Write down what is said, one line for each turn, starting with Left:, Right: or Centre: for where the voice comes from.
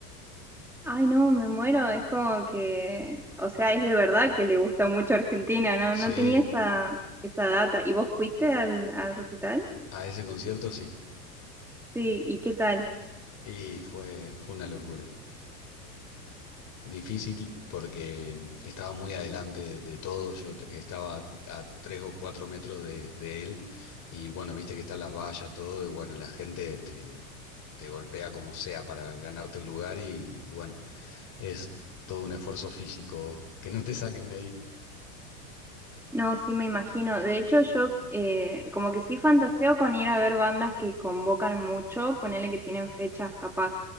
Centre: Ay, no, me muero. Es como que, o sea, es de verdad que le gusta mucho Argentina, ¿no?
Left: Sí,
Centre: No tenía esa, esa data. ¿Y vos fuiste al, al recital?
Left: a ese concierto sí.
Centre: Sí, ¿y qué tal?
Left: Y fue, fue una locura. Difícil porque estaba muy adelante de, de todo, yo te- estaba a tres o cuatro metros de, de él y bueno, viste que están las vallas, todo y bueno, la gente te, te golpea como sea para ganarte el lugar y bueno, es todo un esfuerzo físico que no te saquen de ahí.
Centre: No, sí me imagino. De hecho, yo eh, como que sí fantaseo con ir a ver bandas que convocan mucho, ponerle que tienen fechas capaz